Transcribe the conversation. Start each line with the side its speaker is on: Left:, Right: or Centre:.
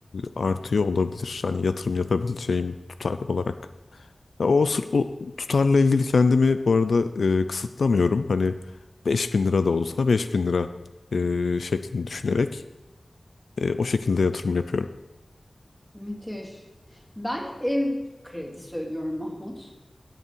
Left: artıyor olabilir. Hani yatırım yapabileceğim tutar olarak. Ya o, sır- o tutarla ilgili kendimi bu arada e, kısıtlamıyorum. Hani 5000 lira da olsa 5000 lira e, şeklinde düşünerek e, o şekilde yatırım yapıyorum.
Centre: Müthiş. Ben ev kredisi ödüyorum Mahmut.